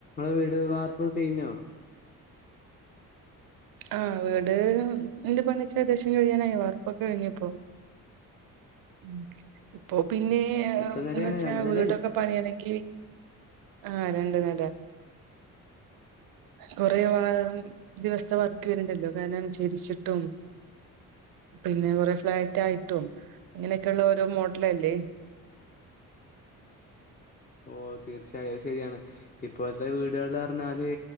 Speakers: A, on the left; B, on the right.
A: വീട് വാർത്ത കഞ്ഞോ
B: ആഹ വീട് എന്റെ പണൊക്കെ ഏകദേശം കഴിയാനായി വർപ്പൊക്കെ കഴിഞ്ഞപ്പോൊ ഉ ഇപ്പൊ പിന്നെ
A: എത്ര നിലയാണ്
B: എ വച്ചാ
A: രണ്ട് നിലയല്ലേ
B: വീടൊക്കെ പണിയാണെങ്കിൽ ആഹ രണ്ടു നേരം കുറേ വ ദിവസ വർക്ക് വരണ്ടല്ലോ കാരന ചരിച്ചിട്ടും പിന്നെ കൊറെ ഫ്ലാറ്റ് ആയിട്ടും അങ്ങനെയൊക്കെ ഉള്ള ഓരോ മോഡലല്ലേ <inaudible>
A: ഓ തീർച്ചയായും അത് ശരിയാണ് ഇപ്പോഴത്തെ വീടുകള് പറഞ്ഞാല്